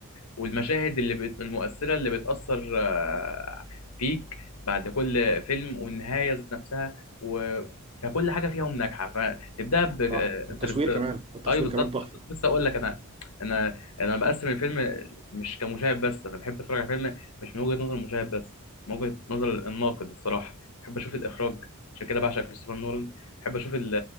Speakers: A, on the left (about 90°); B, on the right (about 25°).
A: والمشاهد اللي بت... المؤثرة اللي بتأثر آه، فيك بعد كل فيلم والنهاية ذات نفسها و... فكل حاجة فيهم ناجحة فنبدأ ب آه،
B: صح
A: انترستيلر
B: التصوير كمان التصوير
A: أيوه بالظبط
B: كمان تحفه
A: بالظبط. لسه أقول لك أنا أنا أنا بقسم الفيلم مش كمشاهد بس أنا بحب أتفرج على فيلم مش من وجهة نظر المشاهد بس من وجهة نظر الناقد الصراحة بحب أشوف الإخراج عشان كده بعشق كريستوفر نولان بحب أشوف ال-